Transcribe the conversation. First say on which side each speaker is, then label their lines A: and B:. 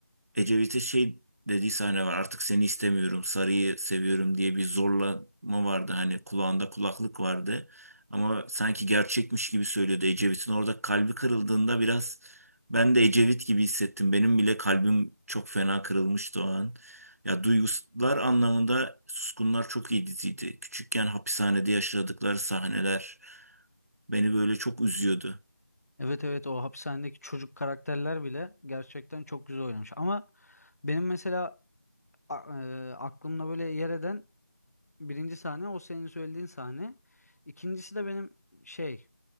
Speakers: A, on the right; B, on the left.
A: Ecevit'e şey dediği sahne var. Artık seni istemiyorum, sarıyı seviyorum diye bir zorlama vardı. Hani kulağında kulaklık vardı. Ama sanki gerçekmiş gibi söylüyordu. Ecevit'in orada kalbi kırıldığında biraz ben de Ecevit gibi hissettim. Benim bile kalbim çok fena kırılmıştı o an. Ya duygular anlamında Suskunlar çok iyi diziydi. Küçükken hapishanede yaşadıkları sahneler beni böyle çok üzüyordu.
B: Evet evet o hapishanedeki çocuk karakterler bile gerçekten çok güzel oynamış. Ama benim mesela a- e, aklımda böyle yer eden birinci sahne o senin söylediğin sahne. İkincisi de benim şey